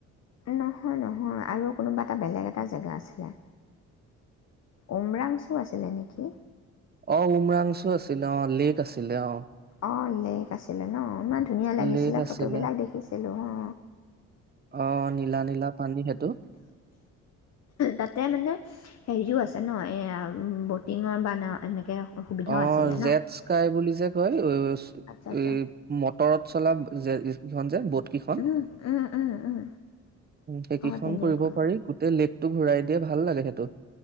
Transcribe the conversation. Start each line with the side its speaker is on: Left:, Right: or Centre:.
Left: নহয় নহয় আৰু কোনোবা এটা বেলেগ এটা জেগা আছিলে উমৰাং চু আছিলে নেকি?
Right: অ উমৰাংচু আছিলে অ লেক আছিলে অ।
Left: অ লেক আছিলে ন ইমান ধুনীয়া লাগিছিলে
Right: লেক আছিলে।
Left: ফটোবিলাক দেখিছিলো অ।
Right: অ, নীলা নীলা পানী <unintelligible> টো
Left: তাতে মানে হেৰিও আছে ন এই ব'টিঙৰ বা নাও এনেকৈ? সুবিধাও
Right: অ
Left: আছিলে
Right: জেট
Left: ন
Right: স্কাই বুলি যে কয়
Left: আচ্ছা আচ্ছা
Right: এই মটৰত চলা জেট কিখন যে ব'ত কিখন
Left: উম উম উম উম।
Right: সেইকিখন
Left: অঁ তেনেকুৱা
Right: কৰিব পাৰি গোটেই লেক ঘূৰাই দিয়ে ভাল লাগে সেইটো।